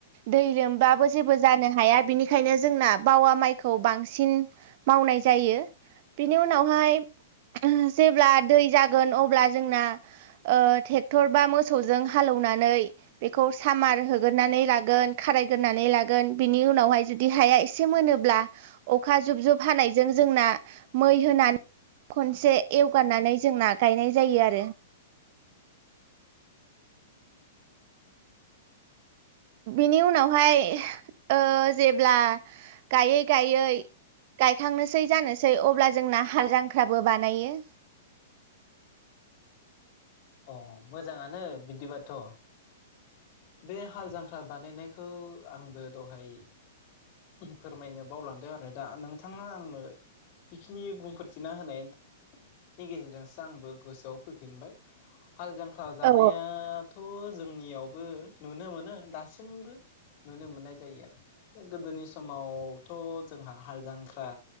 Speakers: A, on the right; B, on the left.
A: दै लोमबाबो जेबो जानो हाया बिनिखायनो जोंना बावा माइखौ बांसिन मावनाय जायो बेनि उनावहाय ओहुम जेब्ला दै जागोन अब्ला जोंनाे ओ टेक ट्रैक्टरबा मोसौजों हालेवनानै बेखौ सामार होगोरानै लागोन खारायगोरानै लागोन बिनि उनावहाय जुदि हाया एसे मोनोब्ला अखा जुब जुब हानायजों जोंना मै होनानै खनसे एवगारनानै जोंना गायनाय जायो आरो बिनि उनावहाय ओ जेब्ला गायै गायै गायखांनोसै जानोसै अब्ला जोंना हाल जांफ्राबो बानायो
B: अ मोजाङानो बिदिबाथ बे हाल जांख्रा बानायनायखौ आंबो दहाय फोरमायनो बावलांदों आरो दा नोंथाङा आंनो बिखिनि बुंफोरथिना होनायनि गेजेरजोंसो आंबो गोसोआव फैफिनबाय हाल जांख्रा जानाया
A: औ
B: थ थ जोंनियाव बो नुनो मोनो दासिमबो नुनो मोननाय जायो आरो गोदोनि समावथ जोंहा हाल जांख्रा